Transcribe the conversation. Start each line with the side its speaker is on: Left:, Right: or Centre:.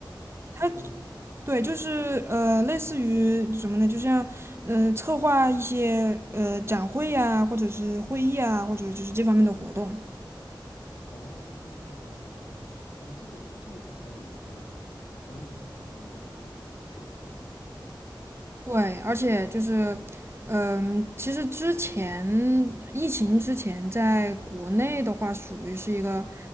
Left: 活动管理。
Right: 它对，就是呃，类似于什么呢？就像呃，策划一些呃展会呀、或者是会议啊，或者就是这方面的活动。
Left: 哦，明白明白。哦，这个这个还有一个专门的专业去学它的吗？我是没想到。
Right: 对，而且就是嗯、其实之前疫情之前，在国内的话，属于是一个